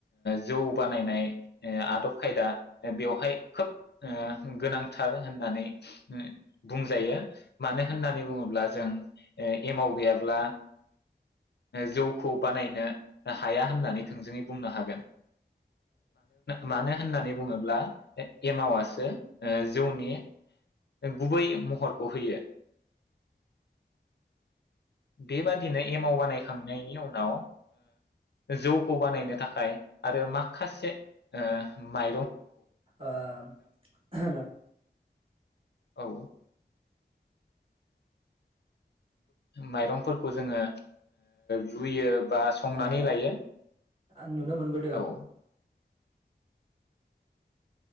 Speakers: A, on the left; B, on the right.
A: जौ बानायनाय आदब खायदा बेवहाय खोब गोनांथार होननानै बुंजायो मानो होननानै बुङोब्ला जों एमाव गैयाब्ला जौखौ बानायनो हाया होननानै थोंजोङै बुंनो हागोन मानो होननानै बुङोब्ला एमावसो जौनि गुबै महरखौ होयो बेबादिनो एमाव बानायखांनायनि उनाव जौ खौ बानायनो थाखाय आरो माखा मासे म
B: आ हेल'
A: औ माइरं फोरखौ जोङो रुयो बा संनानै
B: माने
A: लायो
B: आं नुनो मोनबोदों
A: औ